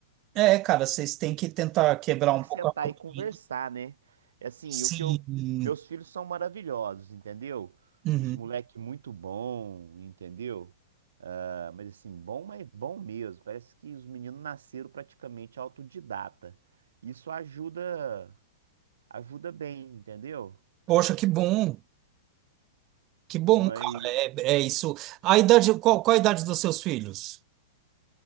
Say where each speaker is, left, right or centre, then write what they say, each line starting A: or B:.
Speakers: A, on the right (about 35°); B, on the right (about 65°).
A: é, é, cara, vocês têm que tentar quebrar
B: Tem
A: um
B: que
A: pouco
B: sentar
A: a rotina.
B: e conversar, né? É Assim,
A: Sim.
B: o que eu. Meus filhos são maravilhosos, entendeu?
A: Uhum.
B: Uns moleque muito bom, entendeu? Ah, Mas assim, bom, mas bom mesmo. Parece que os meninos nasceram praticamente autodidata. Isso ajuda, ajuda bem, entendeu?
A: Poxa, que bom. Que bom,
B: Mas
A: cara. É, é isso. A idade, qual, qual a idade dos seus filhos?